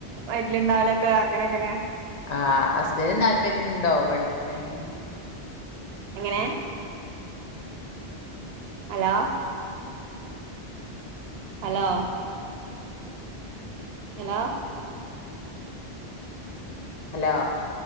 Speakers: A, on the right; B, on the left.
A: ആയി ട്ട്ല്ണ്ടാവലൊക്കെ അങ്ങനങ്ങനെ
B: ആഹ് അസ്ബൻഡിന് താല്പര്യണ്ടോ പഠിക്കണേന്?
A: എങ്ങനെ അലോ ഹലോ ഹലോ
B: ഹലോ